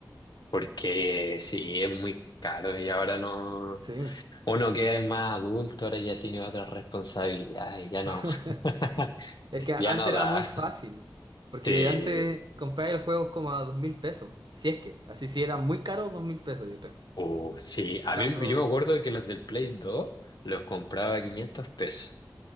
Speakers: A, on the left; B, on the right.
A: Porque sí, es muy caro y ahora no...
B: sí.
A: Uno que es más adulto ahora ya tiene otras responsabilidades, ya
B: <laughs>
A: no. <laughs>
B: Es que antes
A: Ya no
B: era
A: da.
B: muy fácil, porque
A: Sí,
B: antes comprar el juego como a dos mil pesos, si es que, así si era muy caro, dos mil pesos yo creo.
A: uh, sí. A
B: En cambio,
A: mí, yo me acuerdo que los del Play 2 los compraba a 500 pesos,